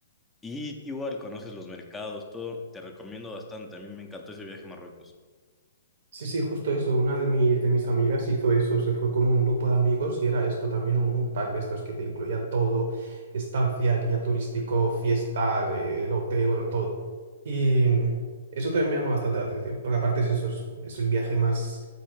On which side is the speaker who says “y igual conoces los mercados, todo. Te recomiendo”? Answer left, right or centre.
Centre